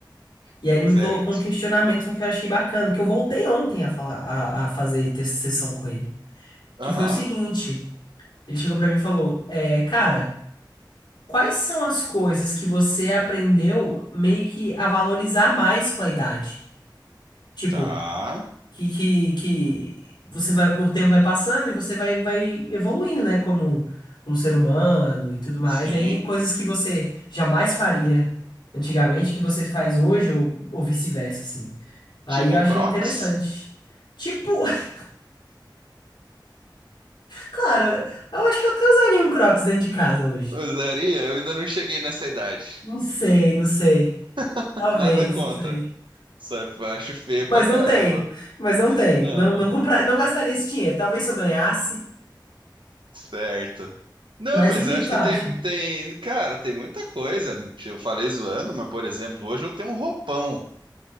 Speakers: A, on the left (about 70°); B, on the right (about 80°).
A: E aí ele me
B: certo.
A: colocou um questionamento que eu achei bacana, que eu voltei ontem a falar, a, a fazer ter sessão com ele,
B: Aham,
A: que foi o seguinte, ele chegou pra mim e falou, é, cara, quais são as coisas que você aprendeu meio que a valorizar mais com a idade? Tipo,
B: tá,
A: que, que, que você vai, o tempo vai passando e você vai, vai evoluindo, né? Como, como ser humano e tudo mais.
B: sim.
A: E aí, coisas que você jamais faria antigamente, que você faz hoje, ou, ou vice-versa, assim. Aí
B: Tipo
A: eu achei
B: Crocs?
A: interessante. Tipo, <laughs> claro, eu acho que eu até usaria um Crocs dentro de casa hoje.
B: Usaria? Eu ainda não cheguei nessa idade.
A: Não sei, não sei.
B: <laughs>
A: Talvez,
B: Nada contra.
A: não sei.
B: Só que eu acho feio
A: Mas
B: pra caramba.
A: não tenho. Mas não tenho.
B: Não,
A: Não, não comprar,
B: não.
A: não gastaria esse dinheiro. Talvez se eu ganhasse.
B: Certo. Não,
A: Mas
B: mas
A: o que
B: eu acho
A: que tu
B: que
A: acha?
B: tem, tem, cara, tem muita coisa. Eu falei zoando, mas, por exemplo, hoje eu tenho um roupão.